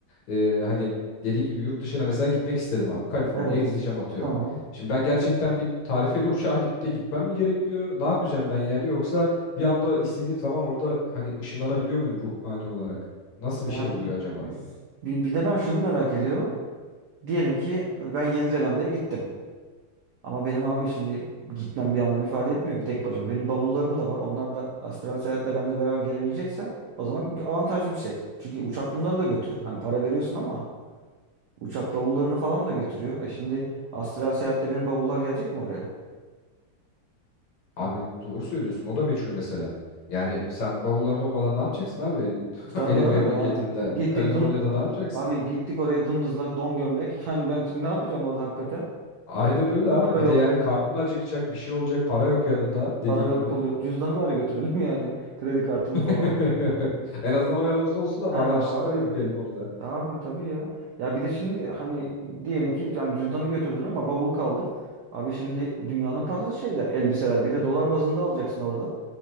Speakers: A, on the left (about 80°); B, on the right (about 75°).
A: e, hani dediğin gibi yurt dışına mesela gitmek istedim abi. Kaliforniya'ya
B: Evet.
A: gideceğim atıyorum.
B: Tamam.
A: Şimdi ben gerçekten bir tarifeli <laughs> uçağa binip de gitmem mi gerekiyor? Ne yapacağım ben yani? Yoksa bir anda istediğim zaman orada hani ışınlanabiliyor muyum ruhani olarak? Nasıl
B: Yani
A: bir şey oluyor acaba?
B: bir, bir de ben şunu merak ediyorum. Diyelim ki ben Yeni Zelanda'ya gittim. Ama benim abi şimdi gitmem bir anlam ifade etmiyor ki tek başıma. Benim bavullarım da var. Onlar da astral seyahatle benimle beraber gelebilecekse o zaman avantajlı bir şey. Çünkü uçak bunları da götürüyor. Hani para veriyorsun ama uçak bavullarını falan da götürüyor. E şimdi astral seyahatte benim bavullar gelecek mi oraya?
A: Abi doğru söylüyorsun. O da meçhul mesela. Yani sen bavulların olmadan ne yapacaksın abi? <laughs> Elin
B: E Tabii
A: elin
B: abi
A: memleketinde,
B: yani. Gittik
A: Kaliforniya'da
B: dım
A: ne yapacaksın?
B: abi gittik oraya dımdızlak don gömlek. <laughs> Yani ben şimdi ne yapacağım orada hakikaten?
A: Aynen öyle abi.
B: Para
A: Bir
B: yok.
A: de yani karnın acıkacak, bir şey olacak, para yok yanında dediğin
B: Para yok,
A: gibi.
B: pul yok. Cüzdanı bari götürelim <laughs> yani. Kredi kartını
A: <laughs>
B: falan.
A: En azından o yanımızda olsun da
B: Ha
A: bari açlıktan
B: bari.
A: ölmeyelim orada.
B: Abi tabii ya. Ya bir de şimdi hani diyelim ki yani cüzdanı götürdün ama bavul kaldı. Abi şimdi dünyanın parası şeyler, elbiseler. Bir de dolar bazında alacaksın orada.